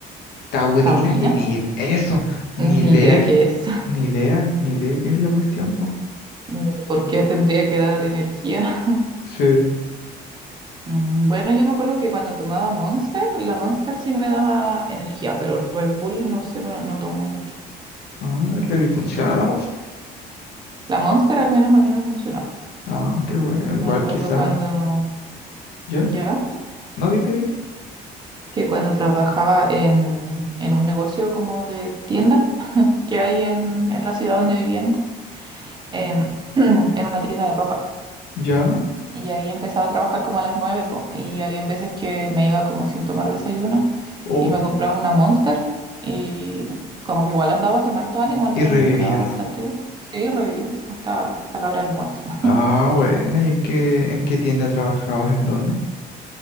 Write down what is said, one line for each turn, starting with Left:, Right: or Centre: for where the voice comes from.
Left: taurina,
Right: taurina,
Left: que ni eso, ni idea
Right: ni idea
Left: que,
Right: qué es,
Left: ni idea, ni idea qué es la cuestión, po.
Right: <laughs> ni por qué tendría que dar energía. <laughs>
Left: Sí.
Right: Mm, Bueno, yo me acuerdo que cuando tomaba Monster, la Monster sí me daba energía, pero Red Bull no sé, no, no tomo mucho.
Left: Ah, pero ¿y funciona la Monster?
Right: La Monster al menos a mí me funcionaba.
Left: Ah, qué bueno, igual
Right: Me acuerdo
Left: quizás.
Right: cuando
Left: ¿Ya?
Right: ya,
Left: No, dime, dime.
Right: que cuando trabajaba en, en un negocio como de tienda que hay en, en la ciudad donde vivía antes, em, <clears throat> en una tienda de ropa.
Left: ¿Ya?
Right: Y ahí empezaba a trabajar como a las 9 po, y había veces que me iba como sin tomar desayuno
Left: Oh,
Right: y me compraba una Monster y como que igual andaba con harto ánimo, al
Left: y
Right: menos
Left: revivías.
Right: me duraba bastante bien. Sí, revivía hasta, hasta la hora del almuerzo. <laughs>
Left: Ah, bueno, ¿y en qué, en qué tienda trabajabas? ¿En dónde?